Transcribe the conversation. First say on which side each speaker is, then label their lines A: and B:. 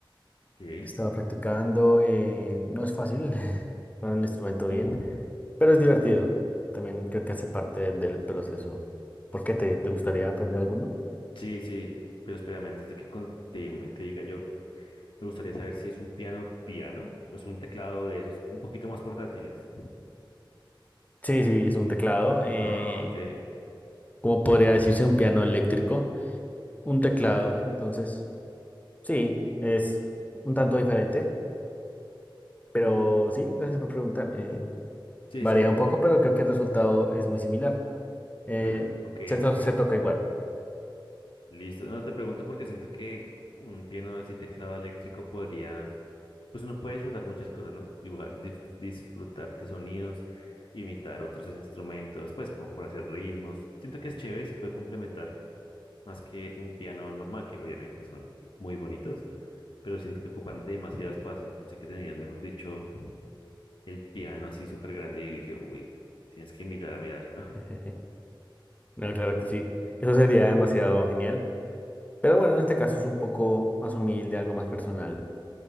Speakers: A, on the left; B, on the left.
A: Ok.
B: Estaba practicando, eh, no es fácil, <laughs> para un instrumento
A: Mm.
B: bien, pero es divertido. También creo que hace parte del proceso. ¿Por qué te, te gustaría aprender alguno?
A: Sí, sí, pero espérame, antes de que con- te, te diga yo, me gustaría saber si es un piano piano o es un teclado de esos un poquito más portátiles.
B: Sí, sí, es un teclado, eh,
A: Ah, ok.
B: como podría decirse un piano eléctrico, un teclado, entonces sí, es un tanto diferente, pero
A: Mm,
B: sí, gracias por preguntar. eh,
A: Sí,
B: varía
A: sí,
B: un poco, pero creo que el resultado es muy similar. Eh,
A: te pregu- ok,
B: se, to-
A: ok,
B: se toca igual.
A: listo. No, te pregunto porque siento que un piano así teclado eléctrico podría, pues uno puede disfrutar muchas cosas, ¿no? Dibujar, dif- disfrutar de sonidos, imitar otros instrumentos, pues como por hacer ritmos. Siento que es chévere y se puede complementar. más que un piano normal, que obviamente son muy bonitos, pero siento que ocupan demasiado espacio. Pensé que tenías, mejor dicho, el piano así súper grande y dije, uy, me tienes que invitar a mirar. <laughs>
B: <laughs> No, claro que sí. Eso sería demasiado genial. Pero bueno, en este caso es un poco más humilde, algo más personal.